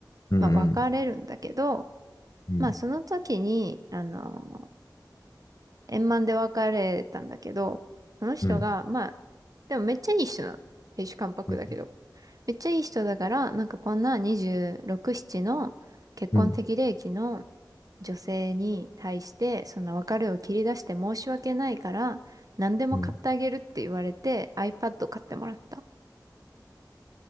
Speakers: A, on the left; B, on the right.
A: うん。
B: まあ、別れるんだけど、
A: うん。
B: まあ、その時に、あの円満で別れたんだけど、その人が、
A: うん。うん。
B: まあ、でもめっちゃいい人なの。亭主関白だけど。
A: うん。
B: めっちゃいい人だから、なんかこんな26、7の結婚適齢期の
A: うん。
B: 女性に対して、そんな別れを切り出して申し訳ないから、何でも買ってあげるって言われて、
A: うん
B: iPad 買ってもらった。